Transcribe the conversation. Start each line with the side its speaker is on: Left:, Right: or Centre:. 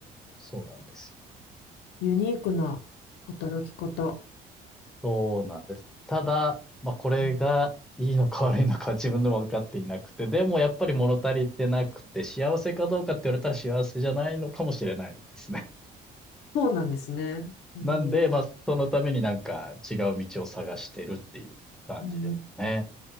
Centre: そうなんですよ。
Left: ユニークな働き方。
Centre: そうなんです。ただ、まあ、これがいいのか悪いのかは自分でも分かっていなくて、
Left: うん
Centre: でもやっぱり物足りてなくて、幸せかどうかって言われたら幸せじゃないのかもしれないですね。
Left: そうなんですね。
Centre: <laughs>
Left: へえ
Centre: なんで、まあ、そのためになんか違う道を探してるっていう感じですね。
Left: うん。